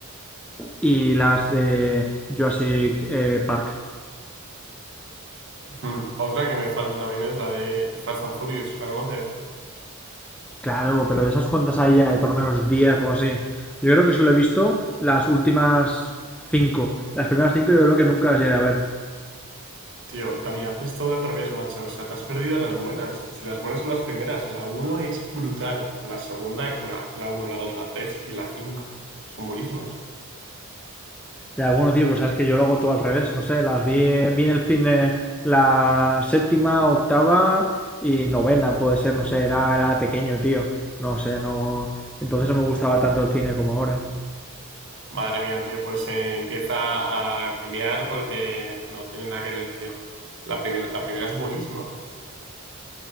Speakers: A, in the centre; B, on the right.
A: y las de Jurassic eh, Park.
B: Hmm, Otra que me falta también es la de Fast and Furious, ¿la conoces?
A: Claro, pero de esas cuantas hay, hay por lo menos 10 o así. Yo creo que solo he visto las últimas cinco, Las primeras 5 yo creo que nunca las llegué a ver.
B: Tío, Dani, haces todo al revés, macho. O sea, te has perdido las buenas. Si las buenas son las primeras, la uno es brutal. La segunda, y- bueno, la uno la 2 la 3 y la cinco son buenísimas.
A: Ya, bueno, tío, pues sabes que yo lo hago todo al revés. No sé, las vi, vi en el cine la séptima, octava y novena, puede ser, no sé, era, era de pequeño, tío. No sé, no. Entonces no me gustaba tanto el cine como ahora.
B: Madre mía, tío, pues eh, empieza a cambiar porque no tiene nada que ver, tío. La primera, la primera es buenísima.